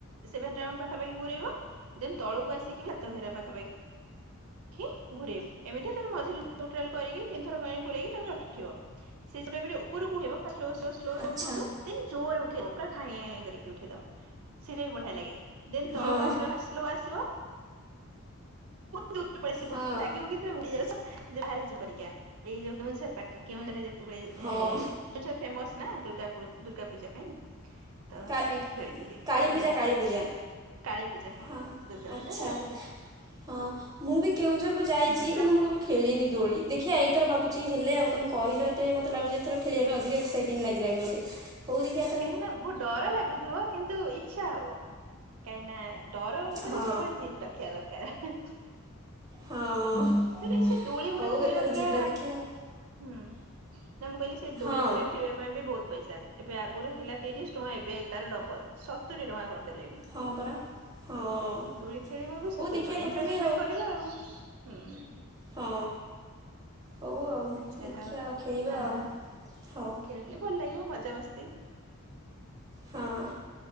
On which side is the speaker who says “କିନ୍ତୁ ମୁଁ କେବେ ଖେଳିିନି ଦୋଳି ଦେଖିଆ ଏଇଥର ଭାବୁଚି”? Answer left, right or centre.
Right